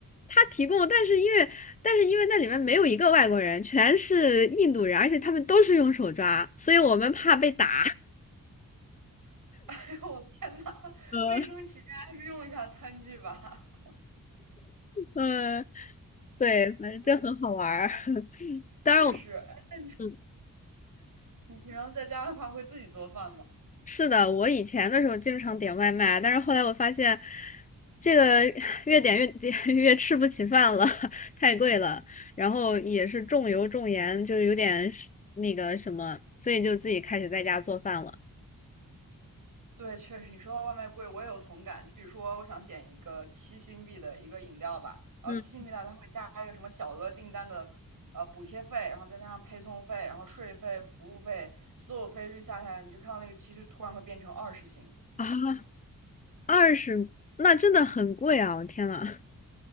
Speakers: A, on the left; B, on the right.
A: 他提供，但是因为但是因为那里面没有一个外国人，全是印度人，而且他们都是用手抓，所以我们怕被打。<laughs>
B: <laughs> 哎呦，我天呐，
A: 嗯
B: 卫生起见还是用一下餐具吧。
A: 嗯，对，反正这很好玩儿。
B: <laughs>
A: <laughs> 当然我，
B: 确实，哎
A: 嗯，
B: 你平常在家的话，会自己做饭吗？
A: 是的，我以前的时候经常点外卖，但是后来我发现，这个越点越点 <laughs> 越吃不起饭了，<laughs> 太贵了，然后也是重油重盐，就是有点那个什么，所以就自己开始在家做饭了。
B: 对，确实，你说到外卖贵，我也有同感。就比如说，我想点一个七星币的一个饮料吧，然后七星币呢，
A: 嗯
B: 它会加一个什么小额订单的呃补贴费，然后再加上配送费，然后税费、服务费，所有费率下下来，你就看到那个七就突然会变成二十星，
A: 啊。二十，那真的很贵啊！我天呐，